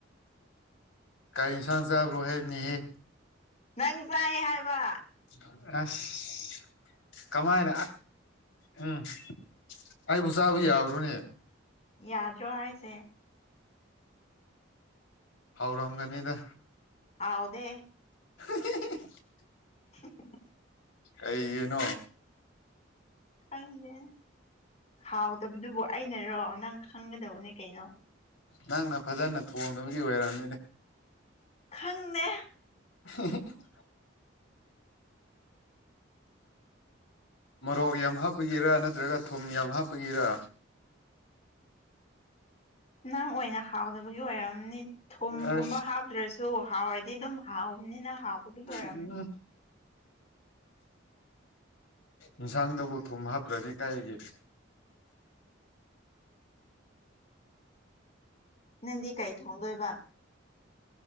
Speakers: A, on the left; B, on the left.
A: ꯀꯥꯏ ꯏꯟꯁꯥꯡ ꯆꯥꯕ꯭ꯔꯣ ꯍꯥꯏꯕꯅꯤꯍꯦ
B: ꯅꯪ ꯆꯥꯏ ꯍꯥꯏꯕ
A: ꯑꯁ ꯀꯃꯥꯏꯅ ꯎꯝ ꯑꯩꯕꯨ ꯆꯥꯕ ꯌꯥꯕ꯭ꯔꯣꯅꯦ
B: ꯌꯥꯗ꯭ꯔꯣ ꯍꯥꯏꯁꯦ
A: ꯍꯧꯎꯔꯒꯅꯤꯗ
B: ꯍꯥꯎꯗꯦ
A: <unintelligible>
B: <unintelligible>
A: ꯀꯩ ꯌꯦꯅꯣ
B: ꯈꯪꯗꯦ ꯍꯥꯎꯗꯕꯗꯨꯕꯨ ꯑꯩꯅꯔꯣ ꯅꯪ ꯈꯪꯒꯗꯧꯕꯅꯦ ꯀꯩꯅꯣ
A: ꯅꯪꯅ ꯐꯖꯅ ꯊꯣꯡꯅꯕꯒꯤ ꯑꯣꯏꯔꯕꯝꯅꯤꯅꯦ
B: ꯈꯪꯅꯦ
A: <unintelligible> ꯃꯣꯔꯣꯛ ꯌꯥꯝ ꯍꯥꯞꯄꯒꯤꯔ ꯅꯠꯇ꯭ꯔꯒ ꯊꯨꯝ ꯌꯥꯝ ꯍꯥꯞꯄꯒꯤꯔ
B: ꯅꯪ ꯑꯣꯏꯅ ꯍꯥꯎꯗꯕꯒꯤ ꯑꯣꯏꯔꯝꯅꯤ ꯊꯨꯝꯒꯨꯝꯕ
A: ꯑꯁ
B: ꯍꯥꯞꯇ꯭ꯔꯁꯨ ꯁ ꯍꯥꯎꯔꯗꯤ ꯑꯗꯨꯝ ꯍꯥꯎꯕꯅꯤꯅ ꯍꯥꯎꯗꯨꯕꯒꯤ ꯑꯣꯏꯔꯕꯝꯅꯤ
A: ꯎꯝ ꯌꯦꯟꯁꯥꯡꯗꯕꯨ ꯊꯨꯝ ꯍꯥꯞꯇ꯭ꯔꯗꯤ ꯀꯥꯏꯒꯤ
B: ꯎ ꯅꯪꯗꯤ ꯀꯩ ꯊꯣꯡꯗꯣꯏꯕ